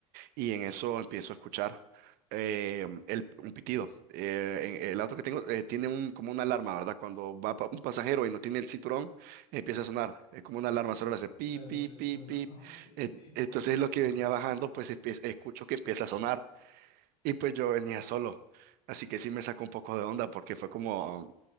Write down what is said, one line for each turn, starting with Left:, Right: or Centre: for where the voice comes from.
Right: Y en eso empiezo a escuchar eh, el, un pitido. Eh, en- el auto que tengo eh, tiene un, como una alarma, ¿verdad? Cuando va pa- un pasajero y no tiene el cinturón, empieza a sonar. Es como una alarma, solo le hace pip,
Left: Claro,
Right: pip,
Left: claro,
Right: pip,
Left: suena.
Right: pip.
Left: Ajá, pi,
Right: Eh,
Left: pi,
Right: entonces
Left: ajá.
Right: lo que venía bajando, pues empie- escucho que empieza a sonar. Y pues yo venía solo. Así que sí me sacó un poco de onda porque fue como,